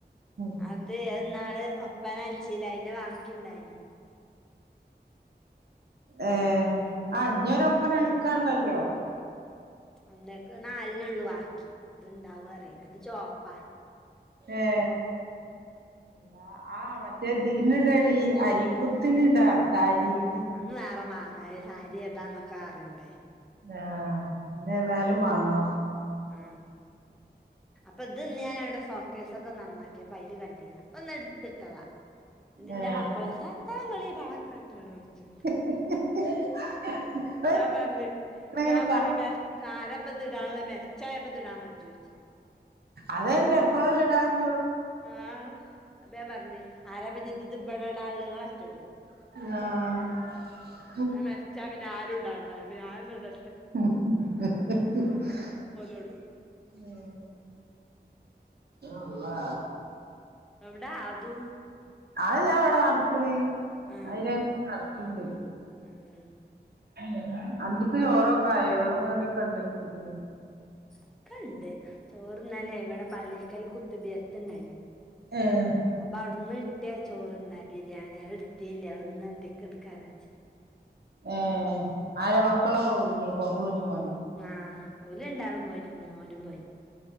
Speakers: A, on the right (about 65°); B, in the centre.
A: ഉം
B: അതെ അതിന്നാള് ഒപ്പന അളിച്ചില്ലേ അതിന്റെ ബാക്കിയുണ്ടായീന്
A: ഏഹ്! ആഹ്, ഞ്ഞൊരൊപ്പനളിക്കാണ്ടല്ലോ!.
B: അന്നേക്ക് നാലിനുള്ളു വാക്കി ഇത് ഇണ്ടാവോഅറീല്ലാ ഇത് ചോപ്പാ
A: ഏ അള്ളാ ആ മറ്റ് റ്റേ തീന് ഇടെടി, അരിക്കുത്തിന് ടാ. സാരീല്
B: അന്ന് ആറാ മാങ്ങാ. സാരി ഏതാന്നൊക്കെ അറേണ്ടേ. !
A: ന്നേ? ഞ് ഏതാലും മാങ്ങണം.
B: ആ അപ്പൊ ഇത് ഇന്നുഞാനവിടെ സോ സൂകേസൊക്കെ നന്നാക്കിയേപ്പൊ അയ്ല് കണ്ടിനാ. അപ്പൊന്ന്, ട്ത്തിട്ടതാ. തിന്റെ
A: ഏഹ്
B: മക്കളെ ദെത്താ ങ്ങളീ വളക്കെട്ട്ണോയ്ച്ചും.
A: <inaudible>
B: ഞ്ഞാംപർഞ്
A: ഇങ്ങനെ
B: ഞാം
A: കാ
B: പർഞ്ഞ് മെര് ആരപ്പത്ത്ടാള്ളെ മെര്ച്ചൊയപ്പത് ഇടാകജ്ജോയിച് ഞാന്
A: അതെന്നെ ഇപ്പോളെല്ലേടാൻ ക
B: ആഹ് അപ്പ ഞാ പർഞ്ഞ് ആരാപ്പത്ഞ്ഞ് ഇബടെടാള്ളെ ഇങ്ങളെറ്റെടൊ?
A: ആഹാ
B: ഞാൻ മെര്ച്ച പിന്നെ ആരും ഇടാണ്ടവുല്ല അപ്പിന്നെ ഞാനെന്നെടെ
A: <inaudible>
B: ഓലോട്
A: ഏഹേ? അള്ളാ
B: എവ്ടെ ആദു?
A: അഹ്താ ഇവടെ നട്ക്ണ്
B: ഉം
A: അയിലങ്ങനെ നട്ക്ക്‌ണ്ട്.
B: ഉം
A: ഉം അന്തിക്ക് ചോറൊക്കെ ആയോ ചോറും കറിക്കെണ്ടെക്കുലേ?
B: ക്കെണ്ട് ചോറ്ന്നലേ ഇവടെ പള്ളിക്കൽ കുത്ത് ബിയത്ത്ണ്ടായിനി
A: ഏഹ്
B: അപ്പവ്ട്ന്ന് കിട്ടിയ ചോറ്ണ്ട് ബിരിയാണി അഹ് എട്ത്തില്ല അഹ് ഇന്നന്തിക് ഇട്ക്കാജാര്ച്ച്
A: ഏഹേ ആരെ മക്കളൊക്കെ പോയിനേക്കും മക്കള് കുഞ്ഞിമോനും
B: ആഹ് ഓല് ലണ്ടാളും പോയിണ് കുഞ്ഞിമോനും പോയി.